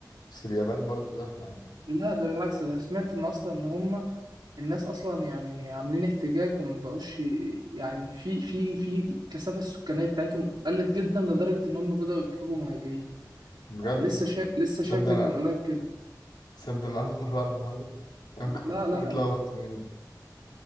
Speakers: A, on the left; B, on the right.
A: بس اليابان برضو زحمه يعني
B: لا ده بالعكس ده أنا سمعت ان اصلا ان هم الناس اصلا يعني عاملين احتجاج وما بقوش ي- يعني في في في كثافه السكانيه بتاعتهم قلت جدا لدرجه ان هم بداوا يطلبوا مهاجرين
A: بجد
B: يعني لسه
A: والله
B: شا... لسه شاف
A: تصدق
B: فيديو
A: انا
B: من قريب كده
A: تصدق انا اول مره اعرف الحوار ده انا
B: ب-
A: ممكن اكون
B: لا لا لا
A: متلخبط يعني.